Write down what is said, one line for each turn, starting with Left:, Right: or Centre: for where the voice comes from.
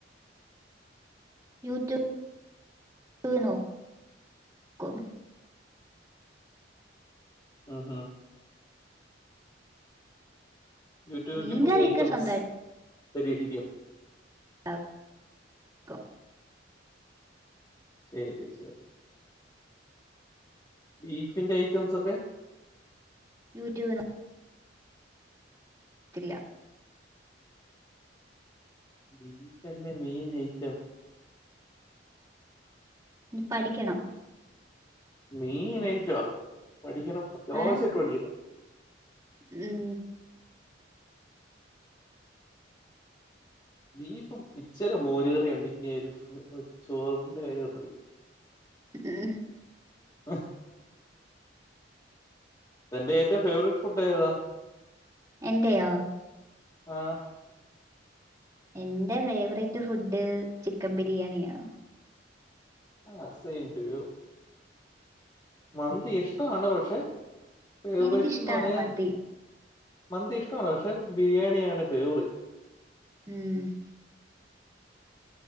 Right: യൂടൂബ് <unintelligible> നോക്കും
Left: ഉം ഉം യൂട്യൂബ് നോക്കി
Right: മീൻകറിയൊക്കെ
Left: പുതിയ ഐറ്റംസ്
Right: സ്വന്തമായിട്ട്
Left: പരീക്ഷിക്കും
Right: ആ ക്കും
Left: ശരി ശരി ബീഫിന്റെ ഐറ്റംസ് ഒക്കെ
Right: യൂട്യൂബന്നെ ഇല്ല
Left: ബീഫന്റെ മെയിൻ ഐറ്റം
Right: പഠിക്കണം
Left: മെയിൻയിറ്റോ പഠിക്കണം അത്യാവശ്യ
Right: ഏ
Left: <unintelligible> പഠിക്കണം
Right: ഉം
Left: ബീഫും ഇച്ചരെ മോർ കറിയെണ്ടെങ്കെ ഒരു ചോറിന്റെ <unintelligible>
Right: ഉം
Left: ആഹ് എന്റെ ഏറ്റവും പ്ലേവർ ഫുഡ് ഏതാ
Right: എന്റെയോ
Left: ആഹ്
Right: എന്റെ ഫേവറേറ്റ് ഫുഡ് ചിക്കൻ ബിരിയാണിയാ
Left: ആഹ് സെയിം റിവ്യൂ മന്തി ഇഷ്ടമാണ് പക്ഷെ ഫേവറേറ്റ്ന്ന്
Right: എനിക്കിഷ്ടാണ്
Left: പറയാ
Right: മന്തി
Left: മന്തി ഇഷ്ടവാണ് പക്ഷെ ബിരിയാണിയാണ് ഫേവരേറ്റ്
Right: ഉം